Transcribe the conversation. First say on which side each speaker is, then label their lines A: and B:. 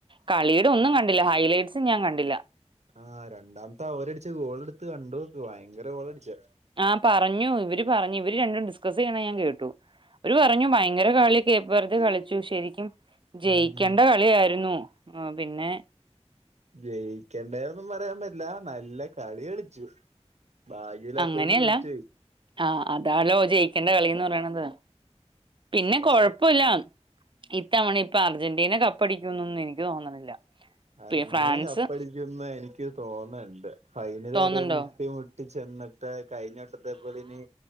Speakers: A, on the right; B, on the right.
A: കളിയ്ടെ ഒന്നും കണ്ടില്ല. ഹൈലൈറ്റ്സും ഞാൻ കണ്ടില്ല.
B: ആഹ് രണ്ടാമത്തെ അവരട്ച്ച ഗോളെട്ത്ത് കണ്ടോക്ക് വയങ്കര ഗോളട്ച്ചേ
A: ആ പറഞ്ഞു ഇവര് പറഞ്ഞു ഇവര് രണ്ടരും ഡിസ്കസെയ്യണ ഞാൻ കേട്ടു വര് പറഞ്ഞു ഭയങ്കര കളി കേപ്പർത്ത് കളിച്ചു ശരിക്കും ജെയിക്കണ്ട
B: ഉം
A: കളിയായിര്ന്നു പിന്നെ
B: ജയിക്കണ്ടെര്ന്നൊന്നും പറയാൻ പറ്റ്ല്ല നല്ല കളി കളിച്ചു. ഭാഗ്യമില്ലാത്തോണ്ട്
A: അങ്ങനെയല്ല
B: തോറ്റ് പോയി
A: ആഹ് അതാലോ ജയിക്കണ്ട കളീന്ന് പറിണത്. പിന്നെ
B: പക്ഷെ
A: കൊഴപ്പൊല്ല ഇത്തവണ ഇപ്പൊ അർജന്റീന കപ്പടിക്കുംന്നൊന്നും എനിക്ക് തോന്നണില്ല.
B: അർജന്റീന
A: ഫ്രാൻസ്
B: കപ്പടിക്കുംന്ന് എനിക്ക് തോന്ന്ണ്ട് ഫൈനലെരെ
A: തോന്നുന്നുണ്ടോ
B: മുട്ടി മു ട്ടി ചെന്ന്ട്ട് കഴിഞ്ഞ വട്ടത്തെ പോലെ നീ